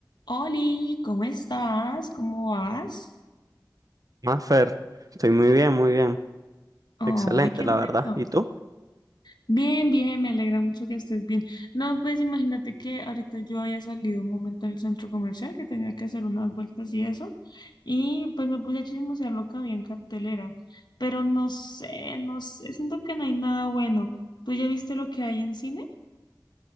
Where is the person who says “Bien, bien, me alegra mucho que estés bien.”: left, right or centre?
Left